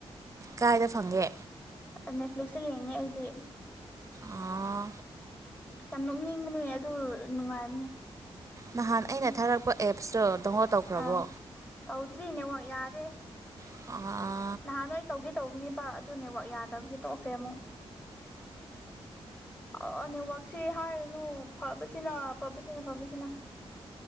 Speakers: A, on the right; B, on the left.
A: ꯀꯥꯏꯗ ꯐꯪꯒꯦ
B: ꯑ ꯅꯦꯠꯐꯂꯤꯛꯁꯇ ꯌꯦꯡꯉꯦ ꯑꯩꯗꯤ
A: ꯑꯥ
B: ꯌꯥꯝ ꯅꯣꯛꯅꯤꯡꯕꯅꯦ ꯑꯗꯨ ꯅꯨꯡꯉꯥꯏꯕꯅꯦ
A: ꯅꯍꯥꯟ ꯑꯩꯅ ꯊꯥꯔꯛꯄ ꯑꯦꯞꯁꯇꯣ ꯗꯥꯎꯟꯂꯣꯠ ꯇꯧꯈ꯭ꯔꯕꯣ
B: ꯑꯥ ꯇꯧꯗ꯭ꯔꯤ ꯅꯦꯋꯥꯛ ꯌꯥꯗꯦ
A: <unintelligible>
B: ꯅꯍꯥꯟꯗꯤ ꯑꯩ ꯇꯧꯒꯦ ꯇꯧꯕꯅꯤꯕ ꯑꯗꯨ ꯅꯦꯋꯥꯛ ꯌꯥꯗꯕꯒꯤ ꯇꯣꯛꯈ꯭ꯔꯦ ꯑꯃꯨꯛ ꯑ ꯅꯦꯠꯋꯥꯛꯛꯁꯤ ꯍꯥꯏꯔꯅꯨ ꯐꯕꯁꯤꯅ ꯐꯕꯁꯤꯅ ꯐꯕꯁꯤꯅ